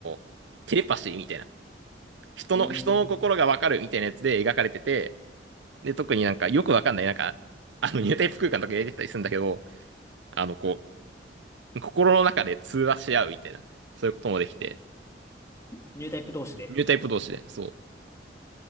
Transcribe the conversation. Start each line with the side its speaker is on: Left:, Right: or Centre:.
Right: ーテレパシーみたいな、人の、
Left: うーん。
Right: 人の心がわかるみたいなやつで描かれてて、
Left: ん
Right: で、特になんかよくわかんない、なんか、あの、ニュータイプ空間とか入れてたりするんだけど、あの、こう、心の中で通話し合うみたいな、そういうこともできて、
Left: ニュータイプ同士で
Right: ニュータイプ同士で、そ